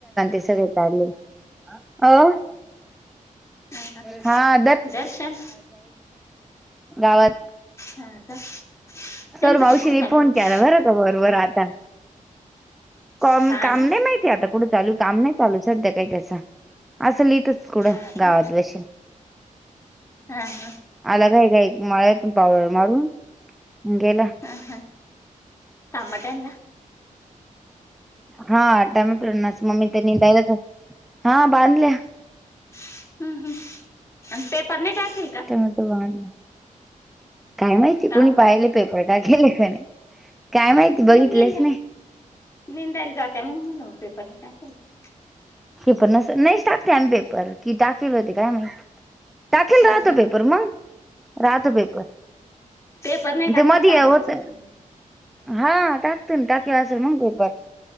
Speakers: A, in the centre; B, on the left.
A: सगळे काढले अ
B: हा.
A: हा.
B: दर्शन
A: गावात
B: हा का, त्यांचं
A: सर मावशी
B: काम कुठं चालू
A: फोन
B: आहे आता?
A: केला बरं का बरं बरं आता कम
B: हा
A: काम
B: ना
A: नाही माहितीय आता कुठं चालू काम नाही चालू सध्या काय त्याचा असंल इतेच कुडं
B: हा का
A: गावात बसेल.
B: हा हा
A: आला घाई घाई काय मळ्यातण पावडर मारून गेला.
B: ह हा थांबा त्याना
A: हा टमॅटोस मम्मी त्यांनी दयलाच हा बांधल्या.
B: हम्म हम्म आणि पेपर नाही टाकिल.
A: टमॅटो वाढला काय माहिती
B: का
A: कुणी
B: हो?
A: पाहिले. पेपर टाकेेले काय माहिती बघितलेच
B: नाही नेंदा
A: नाही
B: नेंदायला जातय म्हणून म्हणलं पेपरने टाकेल का.
A: पेपर नसल नाहीच टाकत्यात पेपर, की टाकल होते काय माहीत. टाकेल राहतो
B: हा हा
A: पेपर मग राहतो पेपर..
B: पेपर नाही टाकला
A: ते मध्ये
B: तर काम
A: होत
B: कस होतील.
A: हा टाकते ना टाकल असेल मंग पेपर